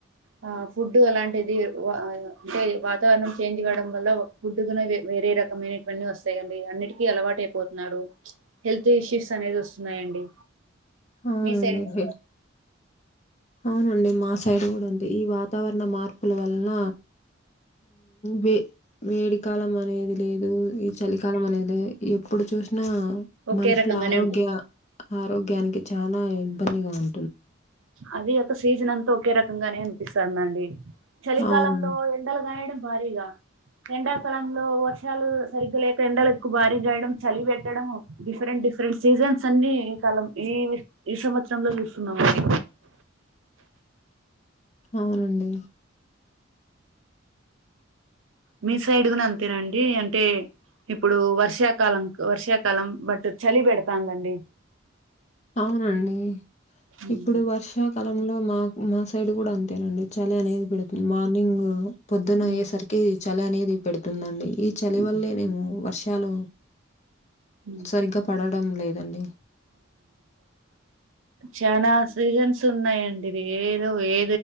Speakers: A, on the right; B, on the left.
A: ఆ ఫుడ్డు అలాంటిది అంటే వాతావరణం చేంజ్ కావడం వల్ల ఫుడ్ కూనా వేరే రకమైనవీ వస్తాకండి అన్నిటికీ అలవాటు అయిపోతు నారు హెల్త్ ఇష్యూస్ అనేది వస్తున్నాయండి
B: అవునండి.
A: మీ సై
B: అవునండి మా సైడ్ కూడ ఉంది ఈ వాతావరణ మార్పుల వలన వే వేడికాలం అనేది లేదు ఈ చలికాలం అనేది లేదు ఎప్పుడు చూసినా
A: ఒకే
B: మనషుల
A: రకంగానే
B: ఆరోగ్య
A: ఉంటుంది
B: ఆరోగ్యానికి చాలా ఇబ్బందిగా ఉం
A: అది ఒక సీజన్ అంతా ఒకే రకంగానే అనిపిస్తదండి చలికాలంలో
B: అవును
A: ఎండలు కయడం భారీగా ఎండాకాలంలో వర్షాలు సరిగ్గా లేక ఎండలెక్కు బారీగాయడం చలి పెట్టడం డిఫరెంట్ డిఫరె ఫ్రెండ్ సీజైన్స్ అన్ని ఈ కాలం ఈ ఈ సంవత్సరంలో చూస్తున్నామండి
B: అవునండి
A: మీ సైడ్గాని అంతేనండి అంటే ఇప్పుడు వర్షాకాలం వర్షాకాలం బట్ చలి పెడుతందండి
B: అవునండి
A: ఉమ్,
B: ఇప్పుడు వర్షాకాలంలో మా మా సైడ్ కూడా అంతేనండి చలి అనేది పెడుతుంది మార్నింగ్ పొద్దున
A: ఉమ్,
B: అయ్యే సరికి చలి అనేది పెడుతుందండి ఈ చలి
A: ఉమ్,
B: వల్లే నేమొ వర్షాలు
A: ఉమ్,
B: సరిగ్గా పడడం లేదండి
A: చనా సీజన్స్ ఉన్నాయండి ఏదో ఏ